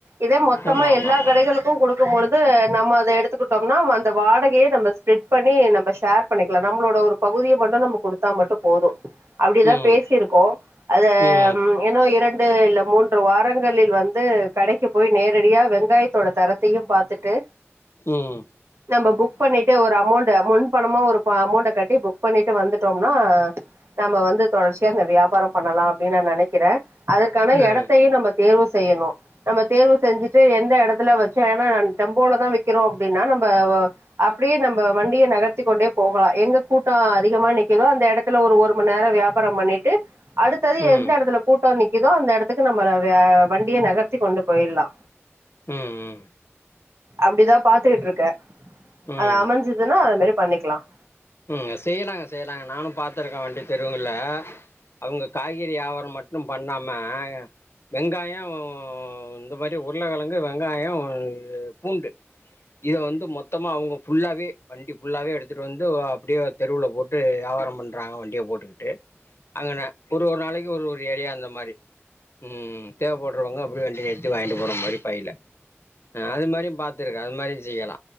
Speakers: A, on the right (about 70°); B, on the left (about 60°).
A: இதே மொத்தமா
B: ஆமா ஆமா
A: எல்லா
B: ஆமா
A: கடைகளுக்கு ட்டு குடுக்கு பொழுது நம்ம அத எடுத்துக்கிட்டோம்னா அந்த வாடகய நம்ம ஸ்ப்ரெட் பண்ணி நம்ப ஷேர் பண்ணிக்கலா நம்மளோட ஒரு பகுதிய மட்டு நம்ம குடுத்தா மட்டு போது அப்டிதா
B: ம்
A: பேசிருக்கோ அத
B: ம்
A: ஏன்னோ இரண்டு இல்ல மூன்று வாரங்களில் வந்து கடைக்கு போய் நே ரெடியா வெங்காயத்தோட தரத்தையும் பாத்துட்டு
B: ம்
A: நம்ம புக் பண்ணிட்டு ஒரு அமௌண்ட முன் பணமா ஒரு அமௌண்டை கட்டி புக் பண்ணிட்டு வந்துட்டோம்னா நம்ம வந்து தொடர்ச்சியா அந்த வியாபார பண்ணலா அப்டின் நா நெனைக்கிற அதற்கான
B: அ
A: இடத்தையு நம்ம தேர்வு செய்யணு நம்ம தேர்வு செஞ்சு ஃபர்ஸ்ட்டு எந்த இடத்துல வச்சோ ஏன்னா நம்ப டெம்போல தா வக்கீரோ அப்டின்னா நம்ப அப்டியே நம்ம வண்டிய நகர்த்திக்க கொண்டே போகலா எங்க கூட்டம் அதிகமா நிக்குதோ அந்த இடத் அதுல ஒரு ஒரு மணி நேர வியாபார பண்ணிட்டு அடுத்தது
B: ம்
A: எந்த இடத்துல கூட்ட நிக்குதோ அந்த இடத்துக்கு நம்ம வண்டிய நகர்த்தி கொண்டு போய்ட்லா
B: ம் ம்
A: அப்டிதான் பாத்துக்கிட்டு இருக்க
B: ம்
A: அது அமைஞ்சதுன்னா அத மாரி பண்ணிக்கலாம்
B: மெஸ்ஸயே நாங்க செய்யல நானு பாத்துருக்க வண்டி தெருவுல அவங்க காய்கறி வியாவார மட்டு பண்ணாம வெங்காயம் இந்த மாதிரி உருளைக்கழங்கு வெங்காயம் பூண்டு இத வந்து மொத்தமா அவங்க ஃபுல்லாவே வண்டி ஃபுல்லாவே எடுத்துட்டு வந்து அப்டியே தெருவுல போட்டு வியாபார பண்றாங்க வண்டிய போட்டுக்கிட்டு அங்கனா ஒரு ஒரு நாளைக்கு ஒரு ஒரு ஏரியா அந்த மாரி ம் தேவைப்படுறவங்க அப்படியே வண்டி நிருத்தி வாங்கிட்டு போற மாரி பையில ஆ அது மாரி பாத்துருக்கே அது மாதிரியு செய்யலா